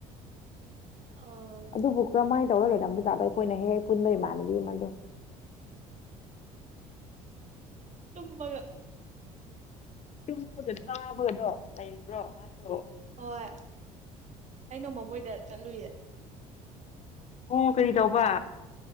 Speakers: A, on the right (about 40°); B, on the left (about 40°).
A: ꯑꯥ
B: ꯑꯗꯨꯕꯨ ꯀꯔꯝꯍꯥꯏꯅ ꯇꯧꯔ ꯂꯩꯔꯝꯕꯖꯥꯗꯣ ꯑꯩꯈꯣꯏꯅ ꯍꯦꯛ ꯍꯦꯛ ꯄꯨꯟꯕ ꯏꯃꯥꯟꯅꯕꯤ ꯑꯃꯗꯣ
A: ꯇꯨꯝꯕꯒ
B: ꯇꯨꯝꯕꯒ ꯆꯥꯕꯒꯗꯣ ꯂꯩꯔꯤꯕ꯭ꯔꯣ ꯃꯥꯁꯨ
A: ꯍꯣꯏ ꯑꯩꯅ ꯃꯃꯣꯏꯗ ꯆꯠꯂꯨꯌꯦ
B: ꯎꯡ ꯀꯔꯤ ꯇꯧꯕ